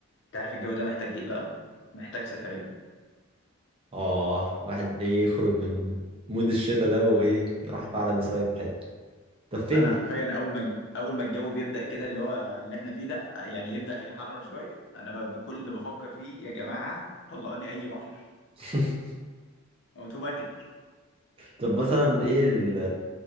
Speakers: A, on the left; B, on the right.
A: انت عارف الجو ده محتاج ايه بقى محتاج سفريه
B: اه واحد ايه يخرج من مود الشتاء ده وايه يروح فعلا يصيف في حته طب فين
A: انا حرفيا اول ما اول ما الجو بيبدا كده اللي هو اللي احنا فيه ده يعني يبدا يحرر شويه انا ما بكل اللي بفكر فيه يا جماعه طلعوني اي بحر
B: <laughs>
A: اوتوماتيك
B: طب مثلا ايه ال